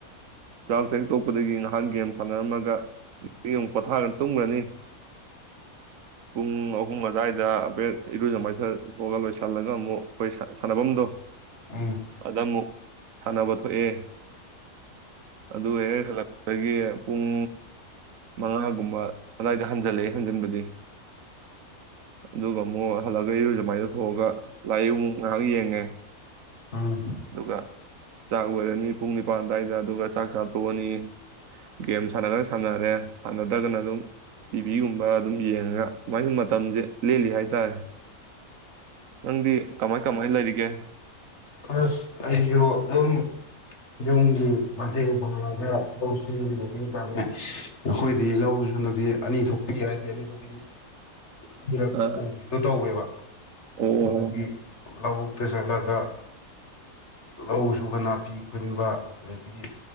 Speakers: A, on the right; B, on the left.
A: ꯆꯥꯛ ꯍꯦꯛ ꯇꯣꯛꯄꯗꯒꯤ ꯉꯥꯏꯍꯥꯛ ꯒꯦꯝ ꯁꯥꯟꯅꯔꯝꯃꯒ ꯑꯃꯨꯛ ꯄꯣꯊꯥꯔ ꯇꯨꯝꯒꯅꯤ ꯄꯨꯡ ꯑꯍꯨꯝ ꯑꯗꯥꯥꯏ <unintelligible> ꯏꯔꯨꯖꯃꯥꯏꯊ <unintelligible> ꯑꯒ ꯂꯣꯏꯁꯤꯜꯂꯒ ꯑꯃꯨꯛ ꯑꯩꯈꯣꯏ ꯁꯥꯟꯅꯐꯝꯗꯣ
B: ꯎꯝ
A: ꯑꯗꯃꯨꯛ ꯁꯥꯟꯅꯕ ꯊꯣꯛꯑꯦ ꯑꯗꯨꯒ ꯍꯦꯛ ꯍꯜꯂꯛ ꯑꯩꯈꯣꯏꯒꯤ ꯄꯨꯡ ꯃꯉꯥꯒꯨꯝꯕ ꯑꯗꯥꯏꯗ ꯍꯟꯖꯜꯂꯛ ꯍꯟꯖꯤꯟꯕꯗꯤ ꯑꯗꯨꯒ ꯑꯃꯨꯛ ꯍꯜꯂꯒ ꯏꯔꯨꯖ ꯃꯥꯏꯖꯊꯣꯛꯑꯒ ꯂꯥꯏꯔꯤꯛꯃꯨꯛ ꯉꯥꯏꯍꯥꯛ ꯌꯦꯡꯉꯦ
B: ꯎꯝ
A: ꯑꯗꯨꯒ ꯆꯥꯛ ꯂꯣꯏꯔꯅꯤ ꯄꯨꯡ ꯅꯤꯄꯜ ꯑꯗꯨꯋꯥꯏꯗ ꯑꯗꯨꯒ ꯆꯥꯛ ꯆꯥꯊꯣꯛꯑꯅꯤ ꯒꯦꯝ ꯁꯥꯟꯅꯔꯒ ꯁꯥꯟꯅꯔꯦ ꯁꯥꯟꯅꯗ꯭ꯔꯒꯅ ꯑꯗꯨꯝ ꯇꯤꯚꯤꯒꯨꯝꯕ ꯑꯗꯨꯝ ꯌꯦꯡꯉꯒ ꯃꯥꯏꯅꯁꯨ ꯃꯇꯝꯁꯦ ꯂꯦꯜꯂꯤ ꯍꯥꯏꯇꯥꯔꯦ ꯅꯪꯗꯤ ꯀꯃꯥꯏ ꯀꯃꯥꯏ ꯂꯩꯔꯤꯒꯦ
B: ꯑꯁ ꯑꯩꯁꯨ ꯑꯗꯨꯝ ꯌꯨꯝꯒꯤ ꯃꯇꯦꯡ ꯄꯥꯡꯉꯒ ꯂꯧ ꯁꯤꯡ ꯃꯇꯦꯡ ꯄꯥꯡꯉꯦ ꯑꯩꯈꯣꯏꯗꯤ ꯂꯧꯗꯨꯁꯨ ꯍꯟꯗꯛꯇꯤ ꯑꯅꯤ ꯊꯣꯛꯄꯤ ꯍꯥꯏꯔꯗꯤ ꯑꯅꯤ ꯊꯣꯛꯄꯤꯗꯤ ꯑꯅꯤꯔꯛ
A: ꯑ
B: ꯎꯕꯤꯗꯣ ꯇꯧꯋꯦꯕ
A: ꯑꯣ
B: ꯑꯗꯨꯒꯤ ꯂꯧꯕꯨꯛꯇ ꯆꯠꯂꯒ ꯂꯧ ꯁꯨꯕ ꯅꯥꯄꯤ ꯈꯨꯟꯕ ꯑꯗꯒꯤꯗꯤ